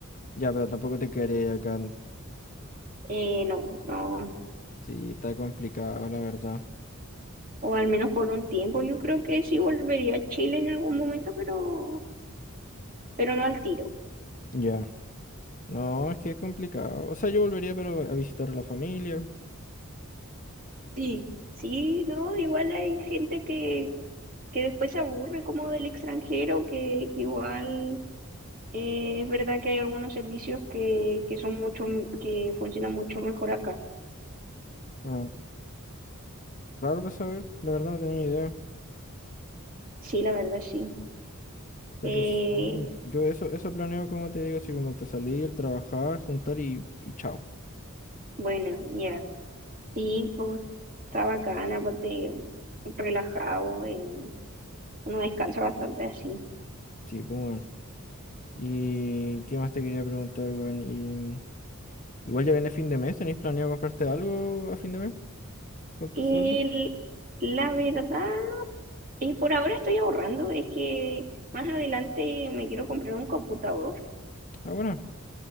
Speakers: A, on the left; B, on the right.
A: ya, pero tampoco te quedaría acá.
B: Eh, no, no,
A: Sí, está complicado, la verdad.
B: o al menos por un tiempo. Yo creo que sí volvería a Chile en algún momento, pero, pero no al tiro.
A: Ya. No, es que es complicado. O sea, yo volvería, pero a visitar a la familia.
B: Sí, Sí, no, igual hay gente que, que después se aburre como del extranjero, que, que igual eh, es verdad que hay algunos servicios que, que son mucho, que funcionan mucho mejor acá.
A: Ah, raro de saber, la verdad no tenía idea.
B: Sí, la verdad sí.
A: Pero
B: Eh,
A: sí, yo eso, eso planeo, como te digo, así como te salir, trabajar, juntar y, y chao.
B: bueno, ya. Sí, pues está bacán, aparte relajado, eh, uno descansa bastante así.
A: Sí, pues bueno. ¿Y qué más te quería preguntar, weón? Y, igual ya viene fin de mes, ¿tenéis planeado comprarte algo a fin de mes con tu
B: El-
A: sueldo?
B: la verdad, y por ahora estoy ahorrando, es que más adelante me quiero comprar un computador.
A: Ah, bueno.